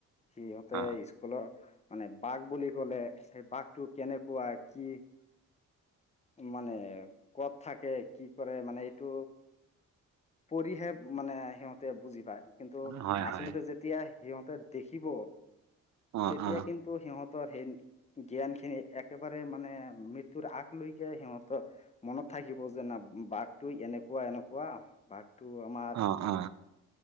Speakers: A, on the left; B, on the right.
A: সিহঁতে
B: অ
A: স্কুলৰ মানে বাঘ বুলি ক'লে। সেই বাঘটো কেনেকুৱা কি মানে কত থাকে কি কৰে মানে এইটো পৰিহে মানে সিহঁতে বুজি পায়। কিন্তু
B: অ হয়
A: আচলতে
B: হয়
A: যেতিয়া সিহঁতে দেখিব
B: অ
A: তেতিয়া
B: অ
A: কিন্তু সিহঁত সেই জ্ঞান খিনি একেবাৰে মানে মৃত্যুৰ আগ লৈকে সিহঁতৰ মনত থাকিব যে না বাঘটো এনেকুৱা, এনেকুৱা বাঘ। তটো আমাৰ
B: অ অ